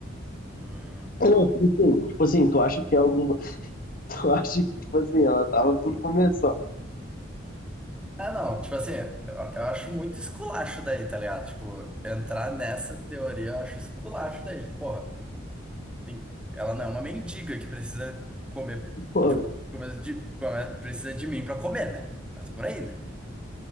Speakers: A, in the centre; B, on the left.
A: Hum.
B: Não, tipo assim, tipo assim, tu acha que é alguma, <laughs> tu acha que, tipo assim, ela tava por começar só?
A: Ah, não. Tipo assim, eu eu acho muito esculacho daí, tá ligado? Tipo, entrar nessa teoria eu acho esculacho daí. Tipo, Porra. nem- Ela não é uma mendiga que precisa comer,
B: Porra,
A: tipo, comer de- come- precisa de mim pra comer, né? Mas por aí, né?